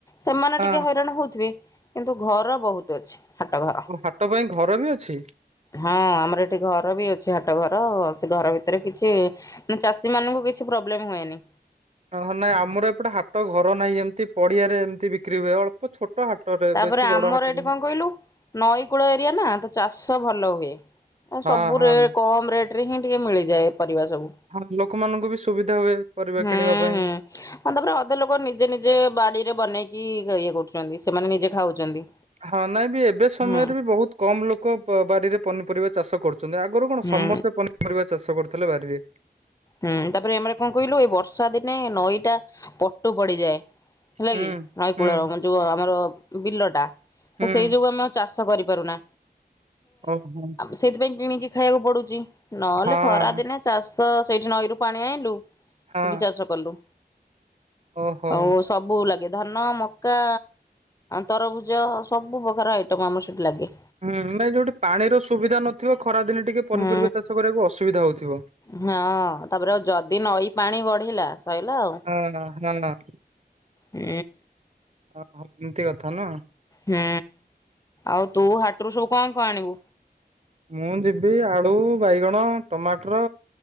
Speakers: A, on the left; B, on the right.
A: ସେମାନେ
B: ହଁ
A: ଟିକେ ହଇରାଣ ହଉଥିବେ କିନ୍ତୁ ଘର ବହୁତ ଅଛି ହାଟ ଘର
B: ଓ ହାଟ ପାଇଁ ଘର ବି ଅଛି
A: ହଁ ଆମର ଏଠି ଘର ବି ଅଛି ହାଟ ଘର ସେ ଘର ଭିତରେ କିଛି ଚାଷୀ ମାନଙ୍କୁ କିଛି ପ୍ରୋବ୍ଲେମ ହୁଏନି।
B: ହ ନାଇଁ ଆମର ଏପଟେ ହାଟ ଘର ନାଇ ଏମତି ପଡିଆରେ ଏମତି ବି କ୍ରି ହୁଏ ଅଳ୍ପ ଛୋଟ ହାଟରେ
A: ତାପରେ
B: ବେଶୀ ବଡ
A: ଆମର
B: ହାଟ
A: ଏଠି କଣ କହିଲୁ ନଈ କୂଳ ଏରିଆ ନା ତ ଚାଷ ଭଲ ହୁଏ
B: ହଁ
A: ସବୁ
B: ହଁ ହଁ
A: ରେ କମ୍ ରେଟ। ଟିକେ ମିଳିଯାଏ। ପରିବା ସବୁ।
B: ହଁ ଲୋକମାନଙ୍କୁ ବି ସୁବିଧା ହୁଏ। ପରିବା
A: ହୁଁ
B: କିଣିବା ପାଇଁ।
A: ହୁଁଉ ତାପରେ ଅଧ ଲୋକ ନିଜେ ନିଜେ ବାଡିରେ ବନେଇକି ଖାଇବାକୁ କରୁଛନ୍ତି ସେମାନେ ନିଜେ ଖାଉଛନ୍ତି।
B: ହଁ ନାଇଁ ବି ଏବେ ସମୟରେ
A: ହୁଁ
B: ବି ବହୁତ କମ ଲୋକ ବାରିରେ ପନିପରିବା ଚାଷ କରୁଛନ୍ତି। ଆଗରୁ କଣ
A: ହୁଁ
B: ସମସ୍ତେ ପନିପରିବା ଚାଷ କରୁଥିଲେ ବାରିରେ।
A: ହୁଁ ତାପରେ ଏମାନେ କଣ କହିଲୁ ଏଇ ବର୍ଷା ଦିନେ ନଈଟା ପଟୁ ପଡିଯାଏ। ହେଲା
B: ହୁଁ,
A: କି ନଈକୂଳ
B: ହୁଁ,
A: ର ଯୋଉ ଆମର ବିଲ ଟା
B: ହୁଁ,
A: ତ ସେଇ ଯୋଗୁ ଆମ ଚାଷ କରିପାରୁନା
B: ଓହୋ!
A: ସେଥିପାଇଁ କିଣିକି ଖାଇବାକୁ ପଡୁଛି। ନହେଲେ
B: ହଁ,
A: ଖରା ଦିନେ ଚାଷ ସେଇଠି ନଈରୁ ପାଣି ଆଣିଲୁ ସେଠି
B: ହଁ,
A: ଚାଷ କଲୁ।
B: ଓହୋ!
A: ଓଉ ସବୁ ଲାଗେ। ଧାନ ମକା ତରଭୁଜ ସବୁ ପ୍ରକାର ଆଇଟମ ଆମର ସେଠି ଲାଗେ।
B: ହୁଁ ନାଇଁ ଯୋଉଠି ପାଣିର ସୁବିଧା ନଥିବ ଖରାଦିନେ ଟିକେ ପନିପରିବା
A: ହୁଁ
B: ଚାଷ କରିବାକୁ ଅସୁବିଧା ହଉଥିବ।
A: ହଁ ତାପରେ ଆଉ ଯଦି ନଈ ପାଣି ବଢିଲା ସରିଲା ଆଉ।
B: ହଁ, ହଁ।
A: ହୁଁ।
B: ଓହୋ ଏମିତି କଥା ନା।
A: ହୁଁ ଆଉ ତୁ ହାଟରୁ ସବୁ କଣ କଣ ଆଣିବୁ?
B: ମୁଁ ଯିବି ଆଳୁ ବାଇଗଣ ଟମାଟର